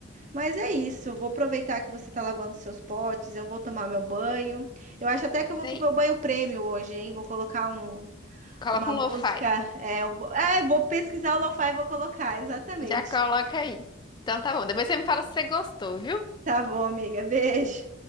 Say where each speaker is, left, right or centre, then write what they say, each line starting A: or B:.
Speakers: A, on the right (about 40°); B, on the left (about 25°).
A: mas é isso. Eu vou aproveitar que você tá lavando seus potes, eu vou tomar meu banho. Eu acho até que eu vou
B: Aí,
A: pro meu banho prêmio hoje, hein? Vou colocar um,
B: coloca
A: uma
B: um
A: música.
B: lo-fi,
A: É, eu vou, é, vou pesquisar o lo-fi e vou colocar, exatamente.
B: já coloca aí. Então tá bom, depois você me fala se você gostou, viu?
A: Tá bom, amiga. Beijo.